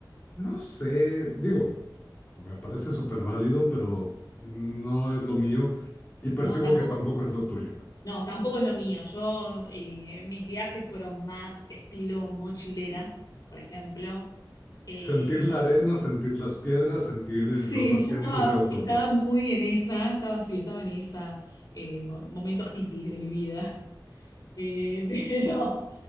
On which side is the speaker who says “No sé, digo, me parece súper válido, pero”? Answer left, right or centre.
Left